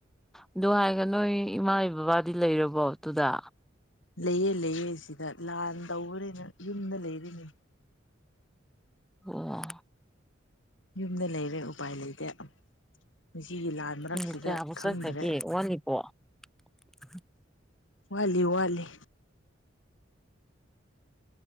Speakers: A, in the centre; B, on the left.
A: ꯑꯗꯨ ꯍꯥꯏꯒ ꯅꯣꯏ ꯏꯃꯥ ꯕꯥꯕꯥ ꯗꯤ ꯂꯩꯔꯕꯣ ꯑꯗꯨꯨꯗ
B: ꯂꯩꯌꯦ ꯂꯩꯌꯦ ꯁꯤꯗ ꯂꯥꯟ ꯇꯧꯕꯅꯤꯅ ꯌꯨꯝꯗ ꯂꯩꯔꯤꯅꯤ
A: ꯑꯣ
B: ꯌꯨꯝꯗ ꯂꯩꯔꯦ ꯎꯄꯥꯏ ꯂꯩꯇꯦ ꯃꯁꯤꯒꯤ ꯂꯥꯟ ꯃꯔꯛꯁꯤꯗ
A: ꯎꯝ ꯃꯤꯅꯤꯠ ꯀꯌꯥꯕꫭ
B: ꯈꯪꯗ꯭ꯔꯦ
A: ꯆꯠꯈꯔꯒꯦ ꯋꯥꯂꯤꯕꫭ <unintelligible>
B: ꯋꯥꯂꯤ ꯋꯥꯂꯤ